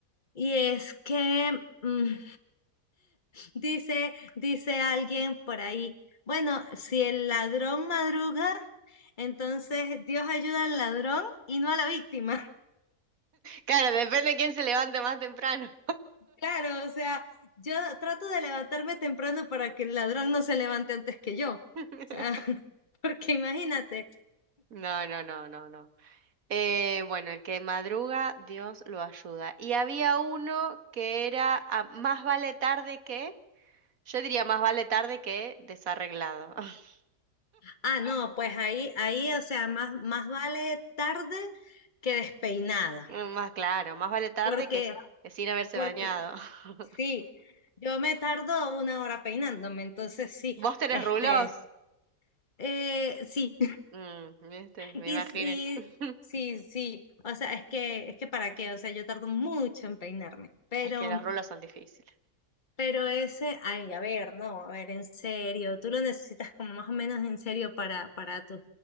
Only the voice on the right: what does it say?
Claro, depende de quién se levante más temprano.
<laughs>
No, no, no, no, no. Eh, bueno, el que madruga, Dios lo ayuda. Y había uno que era ah, más vale tarde que, yo diría más vale tarde que desarreglado. <laughs>
Más claro, más vale tarde
que, s- que sin haberse
bañado. <laughs>
¿Vos tenés
rulos?
Mm, viste,
me imaginé.
<laughs>
Es que los rulos son difíciles.